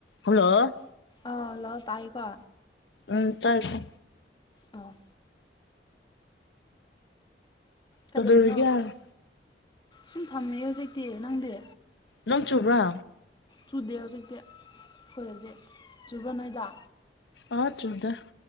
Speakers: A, on the left; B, on the left.
A: Hello
B: ꯑ hello ꯇꯥꯏꯀꯣ
A: ꯎꯝ ꯇꯥꯏ ꯇ
B: ꯑꯥꯐ ꯀꯗꯧꯔꯤꯅꯣ
A: ꯀꯩꯗꯧꯔꯤꯒꯦ
B: ꯁꯨꯝ ꯊꯝꯃꯦ ꯍꯧꯖꯤꯛꯇꯤ ꯅꯪꯗꯤ
A: ꯅꯪ ꯆꯨꯕ꯭ꯔꯥ
B: ꯆꯨꯗꯦ ꯍꯧꯖꯤꯛꯇꯤ ꯑꯩꯈꯣꯏ ꯍꯧꯖꯤꯛ ꯆꯨꯕ ꯅꯣꯏꯗ
A: ꯑ ꯆꯣꯗ